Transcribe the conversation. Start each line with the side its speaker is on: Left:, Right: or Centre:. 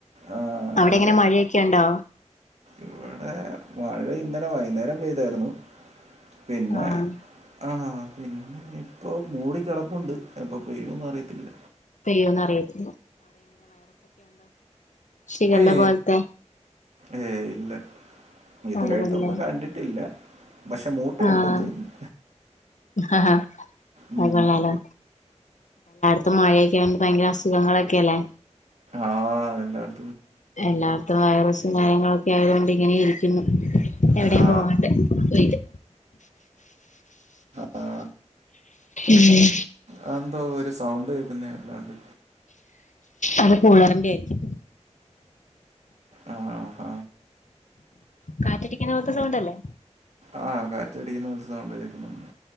Right: ആ
Left: അവിടെ
Right: അതെ
Left: എങ്ങനെ മഴക്കൊണ്ടോ
Right: ഇവിടെ മഴന്നലെ വൈന്നാരം ചെയ്താരുന്നു പിന്നെ
Left: ആഹ്
Right: അ- ഇപ്പം മൂടി കിട്ടപ്പുണ്ട് എപ്പം ചെയ്യുന്നറിയത്തില്ല
Left: ചെയ്യുന്നറിയത് ഷിഗല്ല
Right: ഏ
Left: പോലത്തെ
Right: ഏയ് ഇല്ല ഇതെരായിട്ട്
Left: ആണല്ലേ
Right: ഒന്നു കണ്ടിട്ടില്ല പക്ഷെ മൂട്ടയുണ്ടെന്ന്
Left: ആഹ്
Right: തോന്നുന്നു
Left: ആഹ്
Right: ഉം.
Left: അത് കൊള്ളാലോ ഇപ്പ മഴെക്കാകുമ്പ ഭയങ്കര അസുഖങ്ങളേക്കെയെല്ലേ
Right: ആ എന്താണ്
Left: എല്ലാവ്ട്ത്തും വൈറസ് <unintelligible> ആയത്കൊണ്ട് ഇങ്ങനെ ഇരിക്കുന്നു എവിടേം
Right: ആ
Left: പോവാണ്ടെ പോയിട്ട്
Right: ആ
Left: ഇല്ലെ
Right: അ‌ എന്താ ഒരു സൗണ്ട് കേ ക്കുന്നെ വല്ലാണ്ട്
Left: അത് കൂളെറിന്റെയിരിക്കും
Right: ആ ഹ
Left: കാറ്റടിക്കുന്നപോൽത്തെ സൗണ്ടല്ലെ
Right: ആ കാറ്റടിയുന്ന പോൽത്തെ സൗണ്ട് കേൾക്കുന്നുണ്ട്